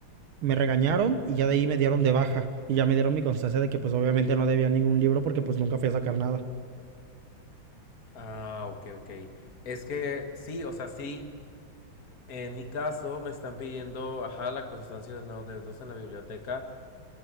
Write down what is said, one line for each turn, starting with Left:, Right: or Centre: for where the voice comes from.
Right: me regañaron y ya de ahí me dieron de baja. Y ya me dieron mi constancia de que pues obviamente no debía ningún libro porque pues nunca fui a sacar nada.
Left: Ah, ok, ok. Es que sí, o sea, sí, en mi caso me están pidiendo, ajá, la constancia de no adeudos en la biblioteca